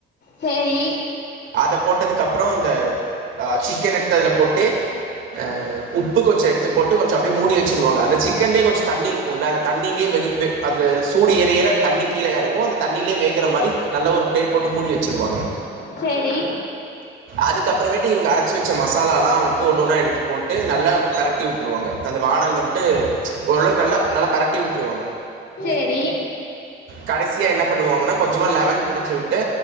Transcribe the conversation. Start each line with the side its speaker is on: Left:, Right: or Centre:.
Left: சேரி
Right: அத போட்டதுக்கப்புறோ இந்த ஆ சிக்கன் எடுத்து அதுல போட் டு ஆ உப்பு கொஞ்ச எடுத்து போட்டு கொஞ்ச அப்டியே மூடி வெச்சுருவாங்க. அந்த சிக்கன்லயே கொஞ்ச தண்ணி இருக்குல்ல அந்த தண்ணிலயே வெது வெ அது சூடு ஏற ஏற அந்த தண்ணி கீழ எறங்கு அந்த தண்ணிலயே வேகற மாரி க்கு நல்ல ஒரு பிளேட் போட்டு மூடி வெச்சுருவாங்க
Left: சேரி
Right: அதுக்கப்புறமேட்டு இவங்க அரைச்சு வச்ச மசாலா எல்லா வந்ட்டு ஒண்ணு ஒண்ணா எடுத்து போட்டு நல்லா பெரட்டி விட்ருவாங்க அந்த வாணல் வந்ட்டு ஓரளவுக்கு நல்லா நல்லா பெரட்டி விட்ருவாங்க
Left: சேரி
Right: கடைசியா என்ன பண்ணுவாங்கன்னா கொஞ்சமா லெமன் புழிஞ்சு விட்டு